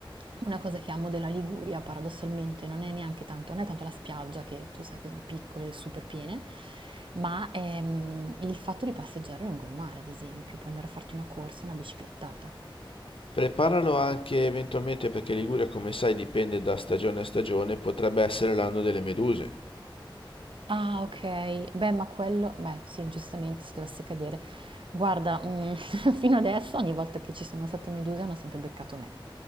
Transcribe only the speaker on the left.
Preparalo anche eventualmente perché Liguria, come sai, dipende da stagione a stagione, potrebbe essere l'anno delle meduse.